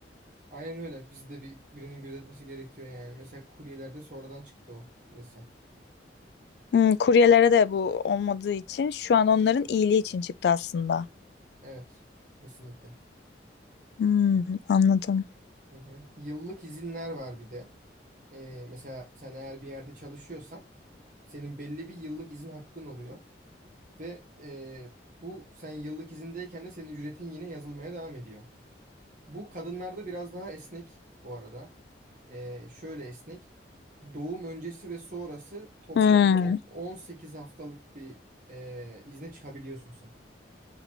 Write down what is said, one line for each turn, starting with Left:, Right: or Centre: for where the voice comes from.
Right: Aynen öyle. Bizi de bir birinin gözetmesi gerekiyor yani. Mesela kuryelerde sonradan çıktı o yasa.
Left: Hmm, kuryelere de bu olmadığı için şu an onların iyiliği için çıktı aslında.
Right: Evet. Kesinlikle.
Left: Hmm, anladım.
Right: Hı hı. Yıllık izinler var bir de. Ee, mesela sen eğer bir yerde çalışıyorsan senin belli bir yıllık izin hakkın oluyor. Ve e, bu sen yıllık izindeyken de senin ücretin yine yazılmaya devam ediyor. Bu kadınlarda biraz daha esnek bu arada. Ee, şöyle esnek. Doğum öncesi ve sonrası toplamda
Left: Hmm,
Right: o- 18 haftalık bir e, izne çıkabiliyorsun sen.